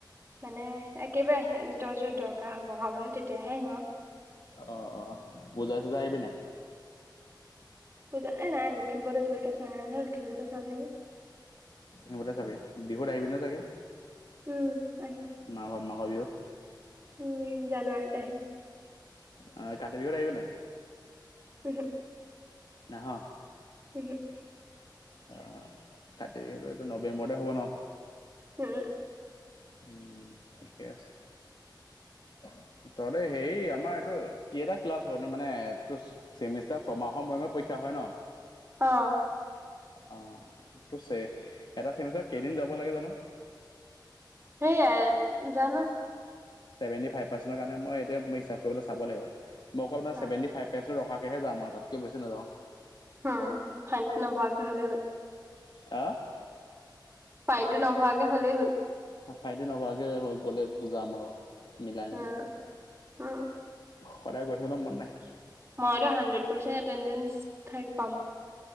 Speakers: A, on the right (about 20°); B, on the left (about 70°).
A: মানে একেবাৰে আহি য'ত য'ত দৰকাৰ হ'ব আও মানে তেতিয়াহে আহিম আও।
B: অঁ, অঁ পূজাই-চূজাই আহিবি নাই?
A: পূজা এ নাই লখিমপুৰতে আজিলৈকে চোৱা নাই নহয়। লখিমপুৰতে চাম নেকি?
B: হিবলে চাবি? বিহুত আহিবি ন' চাগে?
A: উম আহিম
B: মাঘ মাঘৰ বিহুত।
A: উম জানুৱাৰীত আহিম।
B: অ কাতি বিহুত আহিবা নাই?
A: <unintelligible>
B: নাহা।
A: <unintelligible>
B: অ কাটিবিহু এইটো নৱেম্বৰতে হ'ব ন।
A: উম।
B: উম ঠিকে আছে। ত হেৰি আমাৰ এইটো কেটা ক্লাছ হয়নো মানে চেমিষ্টাৰ ছয়মাহৰ মূৰে মূৰে পৰীক্ষা হয় ন।
A: অ।
B: অঁ, তো ছে এটা ছেমিষ্টাৰত কেইদিন যাব লাগে জানো?
A: সেইয়াই জানো?
B: ছেভেণ্টি ফাইভ পাৰ্চেণ্টৰ কাৰণে মই এতিয়া হিচাপ কৰি পেলাই চাব লাগিব। মোক অকল মানে
A: অ
B: ছেভেণ্টি ফাইভ- পেষ্টটো ৰখাকেহে জাম আও তাতকে বেছি নাযাওঁ।
A: উম, ফাইন নভৱাকে হ'লে হ'য়।
B: আ
A: ফাইনটো নভৱাকে হ'লেই হ'ল।
B: ফাইনটি নভৱাকে গলে যাম বাও মিলাই-মেলি।
A: অ
B: স
A: অ
B: সদায় গৈ থাকিবলৈ মন নাই।
A: মইতো, হাণ্ড্ৰেড পাৰ্চেণ্ট এটেণ্ডেঞ্চ চাইন পাম।